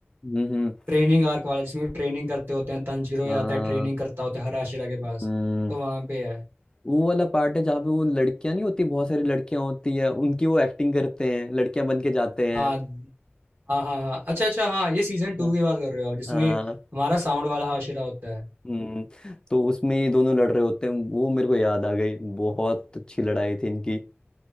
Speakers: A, on the left; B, on the right.
A: हम्म हम्म
B: ट्रेनिंग आर्क वाला जिसमें ट्रेनिंग करते होते हैं तंजीरो ही
A: हाँ
B: आता है ट्रेनिंग करता होता है हराशिरा के पास
A: हम्म
B: तो वहां पे है
A: वो वाला पार्ट है जहाँ पे वो लड़कियां नहीं होती बहुत सारी लड़कियां होती हैं उनकी वो एक्टिंग करते हैं लड़कियां बन के जाते हैं
B: हाँ हाँ हाँ हाँ अच्छा अच्छा हाँ ये सीजन टू
A: हाँ
B: की बात कर रहे हो आप जिसमें
A: हाँ।
B: हमारा साउंड वाला हाशिरा होता है
A: हम्म तो उसमें ये दोनों लड़ रहे होते हैं वो मेरे को याद आ गई बहुत अच्छी लड़ाई थी इनकी